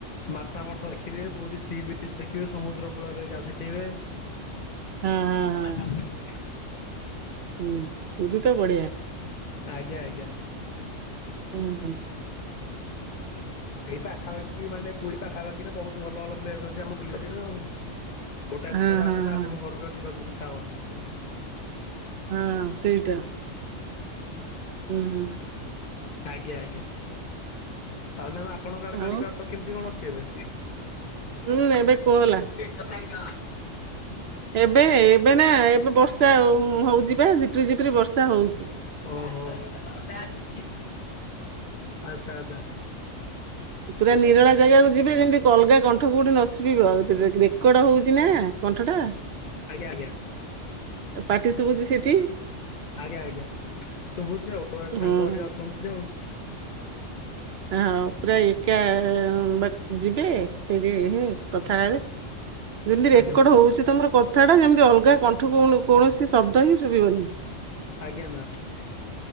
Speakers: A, on the left; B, on the right.
A: ମାତା ମଠ ଦେଖିବେ ପୁରୀ ସି ବିଚ ଦେଖିବେ ସମୁଦ୍ର କୂଳରେ ଗାଧେଇବେ। <inaudible>
B: ହଁ ହଁ ହଁ ହୁଁ ପୁରୀ ତ ବଢିଆ
A: ଆଜ୍ଞା ଆଜ୍ଞା
B: ହୁଁ ହୁଁ।
A: ସେଇ ପାଖାପାଖି ମାନେ ପୁରୀ ପାଖାପାଖିରେ ବହୁତୁ ଭଲ ଭଲ ପ୍ଲେସ୍ ଅଛି ଆପଣ ବୁଲିପାରିବେ ଆଉ। ଗୋଟାଏ
B: ହଁ
A: ଥର
B: ହଁ
A: ଆସିଲେ
B: ହଁ
A: ଆପଣଙ୍କୁ ଘରୁକୁ ଆଉ ଯିବାକୁ ଇଚ୍ଛା ହବନି।
B: ହଁ ସେଇତ ହୁଁ ହୁଁ
A: ଆଜ୍ଞା ଆଜ୍ଞା। ଆଉ ମ୍ୟାାମ୍ ଆପଣଙ୍କ ଆଡେ
B: ଆଉ
A: ପାଣିପାଗ କେମିତି କଣ ଅଛି ଏବେ?
B: ହୁଁ ଏବେ କୋହଲା
A: କ ତାଙ୍କ।
B: ଏବେ ଏବେ ନା ଏବେ ବର୍ଷା ହଉ ହଉଚି ପା ଝିପିରି ଝିପିରି ବର୍ଷା ହଉଛି।
A: ଓହୋ ଆଚ୍ଛା ଆଚ୍ଛା।
B: ପୁରା ନିରଳା ଜାଗା କୁ ଯିବେ ଯେମତି ଅଲଗା କଣ୍ଠ କୋଉଠି ନ ଶୁଭିବ ରେ ରେକଡ ହଉଚି ନା। କଣ୍ଠଟା।
A: ଆଜ୍ଞା ଆଜ୍ଞା।
B: ପାଟି ଶୁଭୁଛି ସେଠି
A: ଆଜ୍ଞା ଆଜ୍ଞା ଶୁଭୁଛି ଆଉ
B: ହୁଁ।
A: ସାଙ୍ଗ ଘରିକା ଅଛ ନ୍ତି ଆଉ।
B: ଆଁ ହଉ ପୁରା ଏକା ବାଟ୍ ଯିବେ ଫେରେ ଏହେ କଥା ହେବେ।
A: <inaudible>
B: ଯେମତି ରେକର୍ଡ
A: ଆଜ୍ଞା ମ୍ୟାମ
B: ହଉଛି ତମର କଥା ଟା ଯେମତି ଅଲଗା କଣ୍ଠ କୌଣ କୌଣସି ଶବ୍ଦ ହିଁ ଶୁଭିବନି।
A: ଆଜ୍ଞା ମ୍ୟାମ୍।